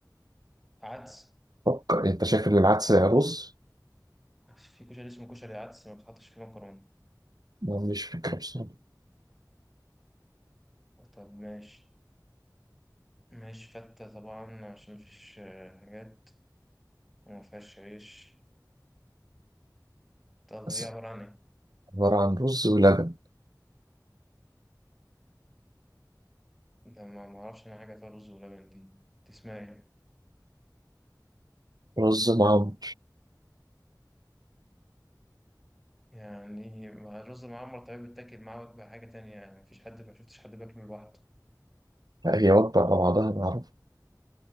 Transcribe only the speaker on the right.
فكر أنت شايف إن العدس رز؟
ما عنديش فكرة بصراحة
بس
عبارة عن رز ولبن
رز معمر
لا هي وجبة على بعضها أنا أعرف